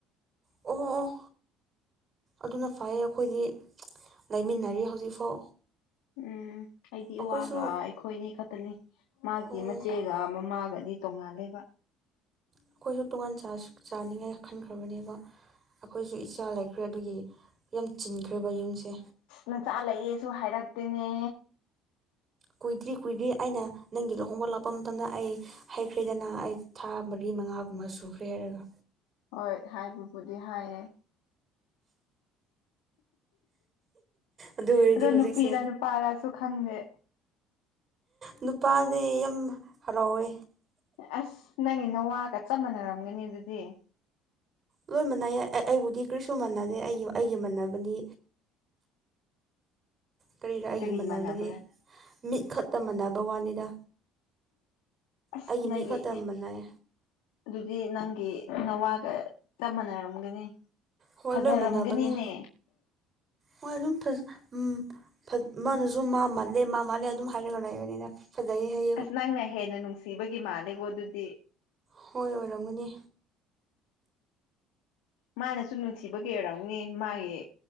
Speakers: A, on the right (about 35°); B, on the left (about 85°).
A: ꯑꯣ ꯑꯣ ꯑꯗꯨꯅ ꯐꯩꯌꯦ ꯑꯩꯈꯣꯏꯗꯤ ꯂꯩꯃꯤꯟꯅꯔꯤ ꯍꯧꯖꯤꯛꯐꯥꯎ
B: ꯎꯝ ꯑꯩꯗꯤ
A: ꯑꯩꯈꯣꯏꯁꯨ
B: ꯏꯋꯥꯒ ꯑꯩꯈꯣꯏꯅꯤ ꯈꯛꯇꯅꯤ ꯃꯥꯒꯤ
A: ꯑꯩꯈꯣꯏꯁꯨ
B: ꯃꯆꯦꯒ ꯃꯃꯥꯒꯗꯤ ꯇꯣꯡꯉꯥꯟ ꯂꯦꯕ
A: ꯑꯩꯈꯣꯏꯁꯨ ꯇꯣꯉꯥꯟ ꯆꯥꯅꯤꯡꯉꯥꯏ ꯈꯟꯈ꯭ꯔꯕꯅꯦꯕ ꯑꯩꯈꯣꯏꯁꯨ ꯏꯆꯥ ꯂꯩ ꯈ꯭ꯔꯦ ꯑꯗꯨꯒꯤ ꯌꯥꯝ ꯆꯤꯟꯈ꯭ꯔꯦꯕ ꯌꯨꯝꯁꯦ
B: ꯅꯆꯥꯂꯩꯑꯦꯁꯨ ꯍꯥꯏꯔꯛꯇꯦꯅꯦ
A: ꯀꯨꯏꯗ꯭ꯔꯤ ꯀꯨꯏꯗ꯭ꯔꯤ ꯑꯩꯅ ꯅꯪꯒꯤ ꯂꯨꯍꯣꯡꯕ ꯂꯥꯛꯄ ꯃꯇꯝꯗ ꯑꯩ ꯍꯢꯈ꯭ꯔꯦꯗꯅ ꯑꯩ ꯊꯥ ꯃꯔꯤ ꯃꯉꯥꯒꯨꯝꯕ ꯁꯨꯈ꯭ꯔꯦ ꯍꯥꯏꯔꯒ
B: ꯍꯣꯏ ꯍꯥꯏꯕꯕꯨꯗꯤ ꯍꯥꯏꯌꯦ
A: ꯑꯗꯨ ꯑꯣꯏꯔꯗꯤ
B: ꯑꯗꯣ
A: ꯍꯧꯖꯤꯛꯁꯦ
B: ꯅꯨꯄꯤꯔ ꯅꯨꯄꯥꯔꯁꯨ ꯈꯪꯘꯦ
A: ꯅꯨꯄꯥꯅꯦ ꯌꯥꯝ ꯍꯔꯥꯎꯋꯦ
B: ꯑꯁ ꯅꯪꯒꯤ ꯅꯋꯥꯒ ꯆꯞ ꯃꯥꯟꯅꯔꯝꯒꯅꯤ ꯑꯗꯨꯗꯤ
A: ꯂꯣꯏ ꯃꯥꯟꯅꯩꯌꯦ ꯑꯩꯕꯨꯗꯤ ꯀ꯭ꯔꯤꯁꯨ ꯃꯥꯟꯅꯗꯦ ꯑꯩꯒꯤ ꯑꯩꯒꯤ ꯃꯥꯟꯅꯕꯗꯤ ꯀꯔꯤꯔꯥ ꯑꯩꯒꯤ
B: ꯀꯔꯤ
A: ꯃꯥꯟꯅꯕꯗꯤ
B: ꯃꯥꯟꯅꯕ꯭ꯔꯥ
A: ꯃꯤꯠ ꯈꯛꯇ ꯃꯥꯟꯅꯕ ꯋꯥꯅꯤꯗ
B: ꯑꯁ
A: ꯑꯩꯒꯤ
B: ꯅꯪꯒꯤ
A: ꯃꯤꯠ ꯈꯛꯇ ꯃꯥꯟꯅꯩ
B: ꯑꯗꯨꯗꯤ ꯅꯪꯒꯤ ꯅꯋꯥꯒ ꯆꯞ ꯃꯥꯟꯅꯔꯝꯒꯅꯤ
A: ꯍꯣꯏ
B: ꯐꯖꯔꯝꯒꯅꯤꯅꯦ
A: ꯂꯣꯏ ꯃꯥꯟꯅꯕꯅꯦ ꯍꯣꯏ ꯑꯗꯨꯝ ꯐꯖꯩ ꯃꯥꯅꯁꯨ ꯃꯥ ꯃꯥꯜꯂꯦ ꯃꯥ ꯃꯥꯜꯂꯦ ꯑꯗꯨꯝ ꯍꯥꯏꯔꯒ ꯂꯩꯕꯅꯤꯅ ꯐꯖꯩ ꯍꯥꯏ
B: ꯑꯁ ꯅꯪꯅ ꯍꯦꯟꯅ ꯅꯨꯡꯁꯤꯕꯒꯤ ꯃꯥꯜꯂꯦꯀꯣ ꯑꯗꯨꯗꯤ
A: ꯍꯣꯏ ꯑꯣꯏꯔꯝꯒꯅꯤ
B: ꯃꯥꯅꯁꯨ ꯅꯨꯡꯁꯤꯕꯒꯤ ꯑꯣꯏꯔꯝꯅꯤ ꯃꯥꯒꯤ